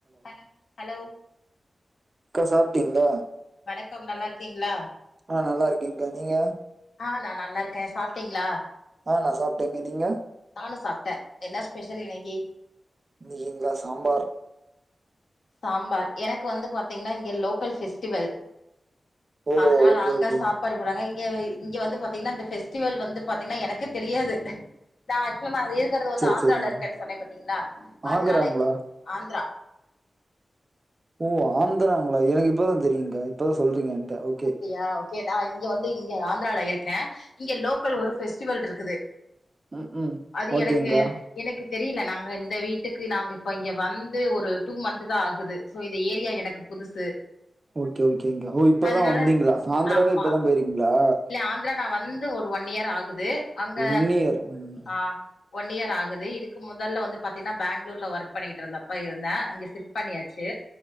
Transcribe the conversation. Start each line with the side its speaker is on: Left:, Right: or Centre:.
Left: Hello hello
Right: அக்கா சாப்ட்டீங்ளா
Left: வணக்கம் நல்லாருக்கீங்ளா
Right: ஆ நல்லாக்கேங்கா நீங்க
Left: ஆ நா நல்லாருக்கே சாப்டீங்ளா
Right: ஆ நா சாப்டேங்க நீங்க
Left: நானு சாப்ட்ட என்ன ஸ்பெஷல் இன்னைக்கி
Right: இன்னிக்கீங்லா சாம்பார்
Left: சாம்பார் எனக்கு வந்து பாத்தீங்கன்னா இங்க லோக்கல் ஃபெஸ்டிவல்
Right: ஓ
Left: அதுனால
Right: ஓகே
Left: அங்க
Right: ஓகே
Left: சாப் பாடு போடாங்க இங்க இங்க வந்து பாத்தீங்கன்னா இந்த ஃபெஸ்டிவல் வந்து பாத்தீங்கன்னா எனக்கு தெரியாது நா ஆக்சுவலா நா இருக்கறது வந்து
Right: சரி
Left: ஆந்த்ரால
Right: சரிங்கா
Left: இருக்கேன் சொன்னே பாத்தீங்களா
Right: ஆகராங்களா
Left: அதனால இங்க ஆந்த்ரா
Right: ஓ ஆந்துராங்களா எனக்கு இப்பதா தெரியுங்கா இப்பதா சொல்றீங்க என்ட்ட ஓகே
Left: அப்டியா ஓகே நா இங்க வந்து இங்க ஆந்துரால இருக்கே இங்க லோக்கல் ஒரு ஃபெஸ்டிவல் இருக்குது
Right: ம் ம்
Left: அது
Right: ஓகேங்கா
Left: எனக்கு எனக்கு தெரியல நாங்க இந்த வீட்டுக்கு நாங்க இப்போ இங்க வந்து ஒரு டூ மந்த்து தா ஆகுது சோ இந்த ஏரியா எனக்கு புதுசு
Right: ஓகே ஓகேங்கா ஓ இப்பதா
Left: அதனால
Right: வந்தீங்களா ஆந்திராவே
Left: ஆமா
Right: இப்பதா போயிருக்கீங்களா
Left: இல்ல ஆந்துரா நா வந்து ஒரு ஒன் இயர் ஆகு து அங்க
Right: ஒன் இயர் ம்
Left: ஆ ஒன் இயர் ஆகுது இதுக்கு மொதல்ல வந்து பாத்தீங்கன்னா பேங்ளூர்ல ஒர்க் பண்ணிகிட்டிருந்தப்ப இருந்தே அங்க ஷிப் பண்ணியாச்சு